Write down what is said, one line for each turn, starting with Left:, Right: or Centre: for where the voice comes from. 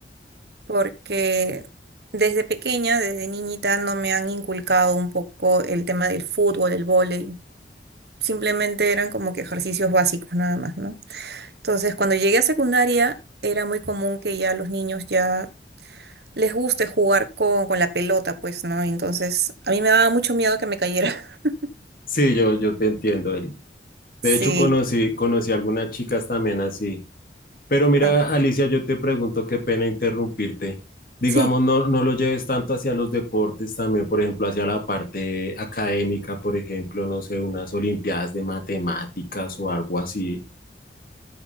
Right: porque desde pequeña, desde niñita, no me han inculcado un poco el tema del fútbol, el vóley. simplemente eran como que ejercicios básicos nada más, ¿no? Entonces, cuando llegué a secundaria, era muy común que ya los niños ya les guste jugar con, con la pelota, pues, ¿no? Entonces, a mí me daba mucho miedo que me cayera. <laughs>
Left: sí, yo, yo te entiendo. El- De
Right: Sí,
Left: hecho, conocí, conocí algunas chicas también así. Pero mira,
Right: ah,
Left: Alicia, yo te pregunto, qué pena interrumpirte. Digamos,
Right: sí.
Left: no, no lo lleves tanto hacia los deportes también, por ejemplo, hacia la parte académica, por ejemplo, no sé, unas olimpiadas de matemáticas o algo así.